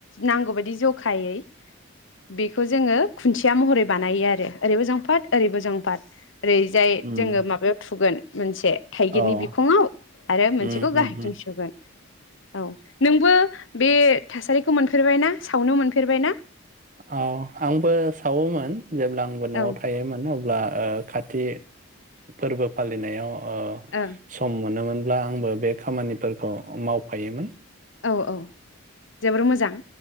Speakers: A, on the left (about 60°); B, on the right (about 35°).
A: नांगौबायदि जखायै बेखौ जोङो खुन्थिया महरै बानायो आरो ओरैबो जंफाद ओरैबो जंफाद। ओरैजाय
B: उम
A: जोङो माबायाव थुगोन मोनसे थाइगिरनि
B: औ
A: बिखङाव आरो मोनसेखौ
B: उम उम
A: गाहायथिं
B: उम
A: सोगोन। औ नोंबो बे थासारिखौ मोनफेरबाय ना? सावनो मोनफेरबाय ना
B: औ आंबो सावोमोन। जेब्ला आंबो न'आव
A: औ
B: थायोमोन अब्ला ओ खाथि फोरबो फालिनायाव ओ
A: औ
B: सम मोनोमोन। ब्ला आंबो बे खामानिफोरखौ मावफायोमोन।
A: औ औ जोबोर मोजां।